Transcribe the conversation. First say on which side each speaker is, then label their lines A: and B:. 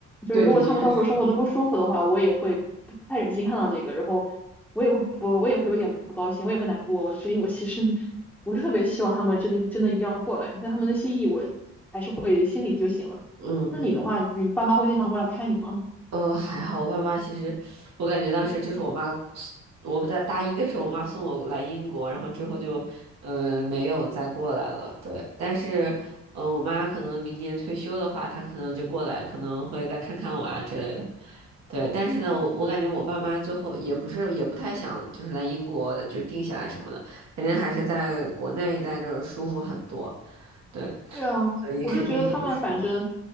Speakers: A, in the centre; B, on the right (about 60°).
A: 就是如果他们到时候生活的不舒服的话，
B: 对，的确是，
A: 我也会不不太忍心看到这个，然后我也会我我也会有点不高兴，我也会难过，我所以我其实不是特别希望他们真的真的一定要过来，但他们的心意我就会心里就行了。
B: 嗯嗯
A: 那你的话，你爸妈会经常过来看你吗？
B: 呃，还好，我爸妈其实，我感觉当时就是我妈我不在大一的时候，我妈送我来英国，然后之后就，呃，没有再过来了。对，但是，呃，我妈可能明年退休的话，她可能就过来，可能会再看看我啊之类的。对，但是呢，
A: 嗯
B: 我我感觉我爸妈最后也不是也不太想就是来英国就定下来什么的，肯定还是在国内待着舒服很多。对，
A: 对啊，
B: 所以肯定就是，
A: 我是觉得他们反正，